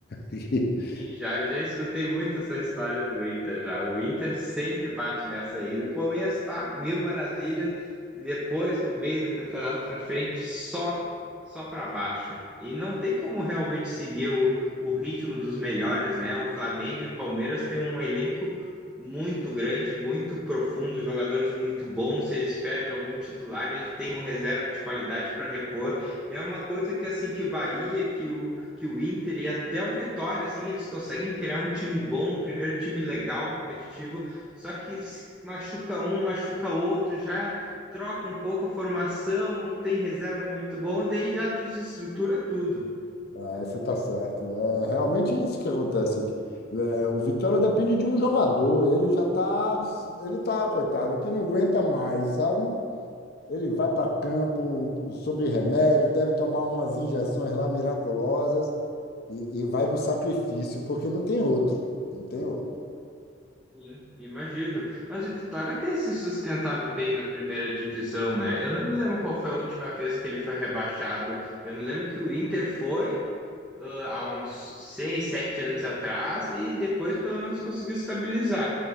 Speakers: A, on the left (about 50°); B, in the centre.
A: <laughs>
B: Sim, Já, já escutei muito essa história do Inter já. O Inter sempre bate nessa aí. No começo tá mil maravilhas e depois do meio do campeonato pra frente só só para baixo. E não tem como realmente seguir o, o ritmo dos melhores, né? O Flamengo e Palmeiras têm um elenco muito grande, muito profundo, jogadores muito bons. Se eles perdem algum titular, eles têm um reserva de qualidade para repor. E é uma coisa que assim que o Bahia, que o que o Inter e até o Vitória, assim, eles conseguem criar um time bom, um primeiro time legal, competitivo, só que se machuca um, machuca outro, já troca um pouco a formação, não tem reserva muito bom, daí já desestrutura tudo.
A: É, você está certo. né? É realmente isso que acontece. É, é, o Vitória depende de um jogador. Ele já está, ele tá, coitado, que não aguenta mais, sabe? Ele vai para campo com- sob remédio, deve tomar umas injeções lá miraculosas e, e vai no sacrifício, porque não tem outro. Não tem outro.
B: Sim, imagino. Mas o Vitória tem se sustentado bem na primeira divisão, né? Eu não me lembro qual foi a última vez que ele foi rebaixado. Eu me lembro que o Inter foi ah, há uns seis, sete anos atrás e depois pelo menos conseguiu estabilizar.